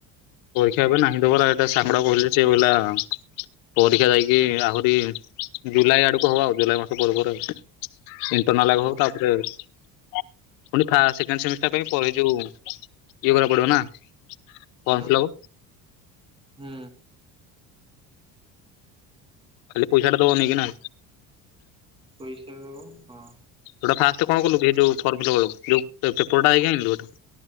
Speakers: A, on the left; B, on the right.
A: ପରୀକ୍ଷା ଏବେ ନାହିଁ ଦେବାରେ ଏଇଟା ସାଙ୍ଗଟା ବୁଲୁଛି ବୁଲା। ପରୀକ୍ଷା ଯାଇକି ଆହୁରି ଜୁଲାଇ ଆଡ଼କୁ ହବ ଆଉ। ଜୁଲାଇ ମାସ ପରେ ପରେ--ଉଁ ତୋର ନାଲ ହଉ
B: ଓହୋ
A: ତାପରେ ପୁଣି ଫାଷ୍ଟ ସେକେଣ୍ଡ ସେମିଷ୍ଟାର ପାଇଁ ପରୀ ଏ ଯୋଉ ଇଏ କରିବାକୁ ପଡ଼ିବ ନାଁ। ଫର୍ମ
B: ଆଁ
A: ଫିଲଅପ୍
B: ହୁଁ
A: ଖାଲି ପଇସାଟା ଦବ ନେଇକିନା।
B: ପଇସା ଦବ ହଁ।
A: ଯୋଉଟା ଫାଷ୍ଟ କଣ କଲୁ କି ଯୋଉ ଫର୍ମ ଫିଲଅପ ବେଳକୁ ଯୋଉ ପେପରଟା ଯାଇକି ଆଣିଲୁ ଏଠୁ।